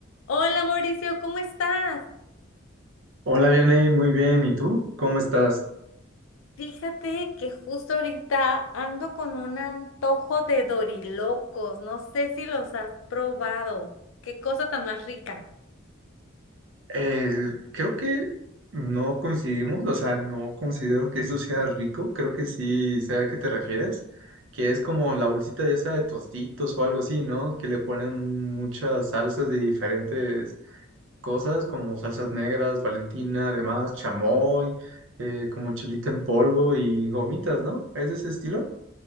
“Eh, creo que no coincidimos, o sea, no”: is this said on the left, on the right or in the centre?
Right